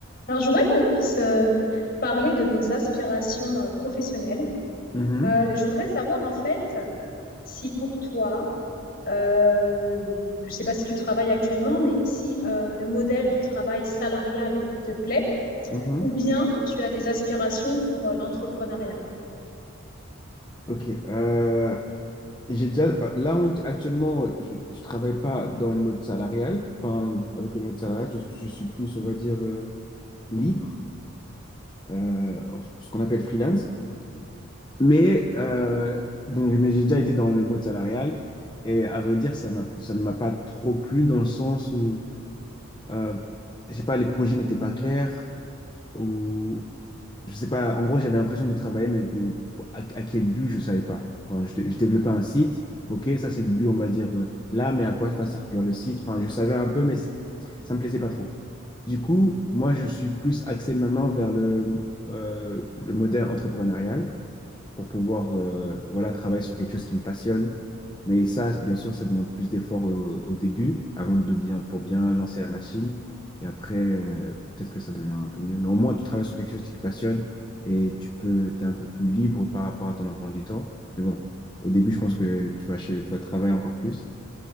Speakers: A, on the left (about 45°); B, on the left (about 20°).
A: Alors, je voudrais qu'on puisse euh, parler de nos aspirations euh, professionnelles.
B: Mhm,
A: Euh, je voudrais savoir en fait si pour toi, euh, je ne sais pas si tu travailles actuellement, mais si euh, le modèle du travail salarial te plaît
B: mhm.
A: ou bien tu as des aspirations pour euh, l'entrepreneuriat.
B: Ok. euh, j'ai déjà, là, on- actuellement, je ne travaille pas dans le mode salarial. Enfin, avec le mode salarial, je, je suis plus, on va dire, euh, libre, euh, ce qu'on appelle freelance. Mais, euh, donc, mais j'ai déjà été dans le mode salarial. Et à vrai dire, ça m'a, ça ne m'a pas trop plu dans le sens où, euh, je sais pas, les projets n'étaient pas clairs. Ou je sais pas, en gros, j'avais l'impression de travailler, mais de- à, à quel but, je savais pas. Enfin, je, dé- je développais un site, ok, ça c'est le but, on va dire, euh, là, mais à quoi va servir le site? Enfin, je savais un peu, mais c'est- ça me plaisait pas trop. Du coup, moi, je suis plus axé maintenant vers le, euh, le modèle entrepreneurial pour pouvoir euh, voilà, travailler sur quelque chose qui me passionne. Mais ça, bien sûr, ça demande plus d'efforts au, au début, avant de bien, pour bien lancer la machine. Et après, euh, peut-être que ça devient un peu mieux. Mais au moins, tu travailles sur quelque chose qui te passionne et tu peux, t'es un peu plus libre par rapport à ton emploi du temps. Mais bon, au début, je pense que tu vas, chez- tu vas travailler encore plus.